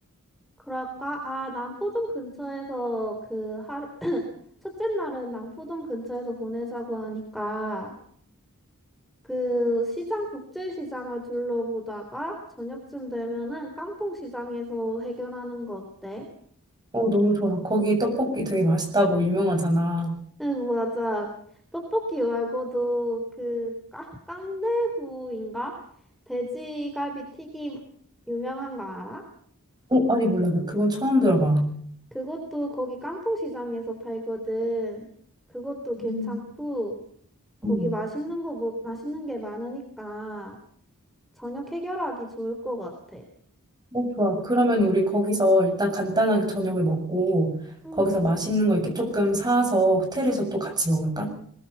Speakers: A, in the centre; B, on the right (about 20°).
A: 그럴까? 아, 남포동 근처에서 그 하루, <clears throat> 첫째 날은 남포동 근처에서 보내자고 하니까 그 시장, 국제시장을 둘러보다가 저녁쯤 되면은 깡통시장에서 해결하는 거 어때?
B: 어, 너무 좋아. 거기 떡볶이 되게 맛있다고 유명하잖아.
A: 응, 맞아. 떡볶이 말고도 그 깡, 깡대후인가? 돼지갈비 튀김 유명한 거 알아?
B: 어, 아니, 몰라. 나 그건 처음 들어봐.
A: 그것도 거기 깡통시장에서 팔거든. 그것도 괜찮고
B: 음.
A: 거기
B: 음.
A: 맛있는 거 먹, 맛있는 게 많으니까 저녁 해결하기 좋을 것 같아.
B: 어, 좋아. 그러면 우리 거기서 일단 간단하게 저녁을 먹고,
A: 응,
B: 거기서 맛있는 거 이렇게 조금 사서 호텔에서 또 같이 먹을까?